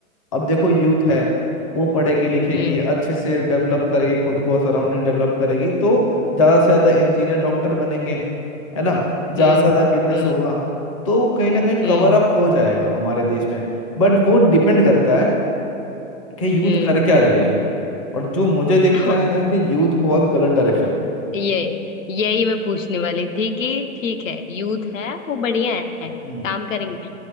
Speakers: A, on the left (about 25°); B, on the left (about 70°).
A: अब देखो यूथ है वो पढ़ेगी लिखेगी
B: हम्म
A: अच्छे से डेवलप करेगी खुद को सराउंडिंग डेवलप करेगी तो ज्यादा से ज्यादा इंजीनियर डॉक्टर बनेंगे है ना ज्यादा
B: हम्म
A: से ज्यादा बिजनेस
B: हम्म
A: होगा तो वो कहीं ना कहीं
B: हम्म
A: कवर अप हो जाएगा हमारे देश में बट वो डिपेंड करता है कि यूथ
B: हम्म
A: कर क्या रही है और जो मुझे दिखता
B: <laughs>
A: है कि यूथ बहुत गलत डायरेक्शन
B: ये यही मैं पूछने वाली थी कि ठीक है यूथ है वो बढ़िया है
A: हम्म
B: काम करेंगे